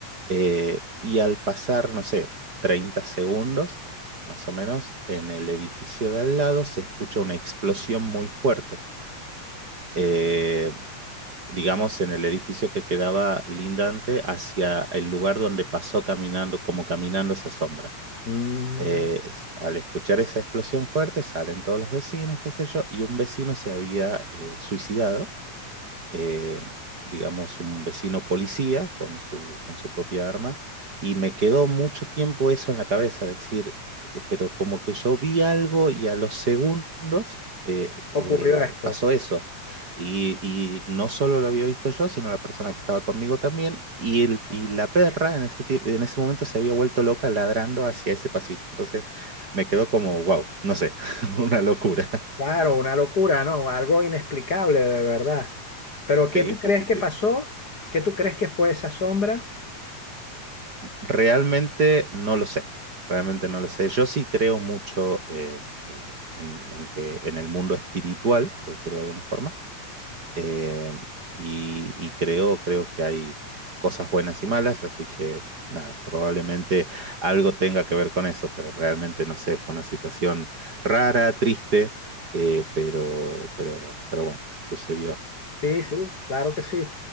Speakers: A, on the right; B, on the left.
A: Eh, y al pasar, no sé, 30 segundos, más o menos, en el edificio de al lado se escucha una explosión muy fuerte. Eh, digamos, en el edificio que quedaba lindante hacia el lugar donde pasó caminando, como caminando esa sombra.
B: Mm,
A: Eh, s- al escuchar esa explosión fuerte, salen todos los vecinos, qué sé yo, y un vecino se había eh, suicidado eh, digamos, un vecino policía con su, con su propia arma, y me quedó mucho tiempo eso en la cabeza, decir, eh, pero como que yo vi algo y a los segundos eh, eh,
B: ocurrió esto.
A: pasó eso. Y, y no solo lo había visto yo, sino la persona que estaba conmigo también, y, el, y la perra en ese, tie- en ese momento se había vuelto loca ladrando hacia ese pasillo. Entonces me quedó como, wow, no sé, <laughs> una locura. <laughs>
B: Claro, una locura, ¿no? Algo inexplicable de verdad. Pero ¿qué
A: Sí,
B: tú
A: sí,
B: crees
A: sí,
B: que
A: sí.
B: pasó? ¿Qué tú crees que fue esa sombra?
A: Realmente no lo sé, realmente no lo sé. Yo sí creo mucho eh, este, en, en que en el mundo espiritual, por decirlo de alguna forma, eh, y, y creo, creo que hay cosas buenas y malas, así que nada, probablemente algo tenga que ver con eso, pero realmente no sé, fue una situación rara, triste, eh, pero, pero, pero bueno, sucedió.
B: Sí, sí, claro que sí.